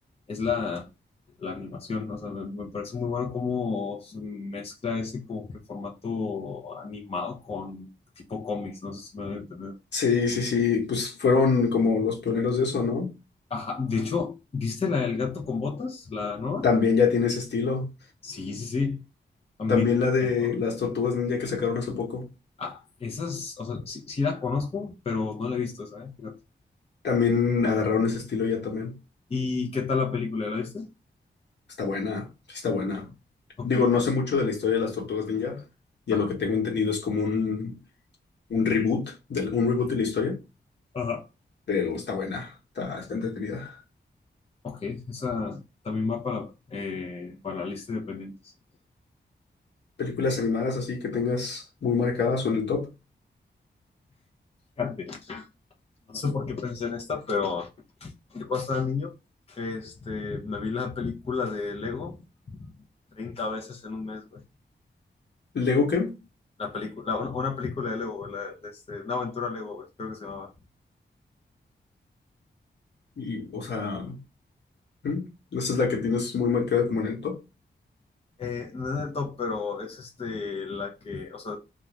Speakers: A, on the left; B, on the left.
A: es la, la animación. O sea, me, me parece muy bueno cómo se mezcla ese como que formato animado con tipo cómics. No sé si me voy a entender.
B: Sí, sí, sí, pues fueron como los pioneros de eso, ¿no?
A: Ajá, de hecho, ¿viste la del gato con botas, la nueva?
B: También ya tiene ese estilo.
A: Sí, sí, sí. Me
B: También la de
A: encantó.
B: las tortugas ninja que sacaron hace poco.
A: Ah, esas, o sea, sí, sí la conozco, pero no la he visto esa, ¿eh? Fíjate.
B: También agarraron ese estilo ya también.
A: ¿Y qué tal la película? ¿La viste?
B: Está buena, sí está buena.
A: Ok.
B: Digo, no sé mucho de la historia de las tortugas ninja y
A: Ajá.
B: a lo que tengo entendido es como un, un reboot, de, un reboot de la historia,
A: Ajá.
B: pero está buena, está, está entretenida.
A: Ok, esa también va para, eh, para la lista de pendientes.
B: Películas animadas así que tengas muy marcadas o en el top.
A: Fíjate, no sé por qué pensé en esta, pero yo cuando estaba niño, este, me vi la película de Lego 30 veces en un mes, güey.
B: ¿Lego qué?
A: La película, una, una película de Lego, güey, la- este, una aventura Lego, güey, creo que se llamaba.
B: Y, o sea, ¿hmm? esa es la que tienes muy marcada como en el top.
A: Eh, no es el top, pero es este, la que, o sea,